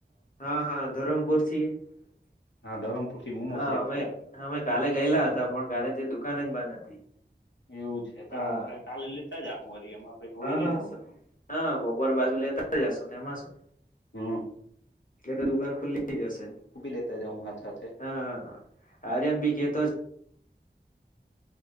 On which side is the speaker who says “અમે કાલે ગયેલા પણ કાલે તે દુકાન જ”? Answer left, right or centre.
Left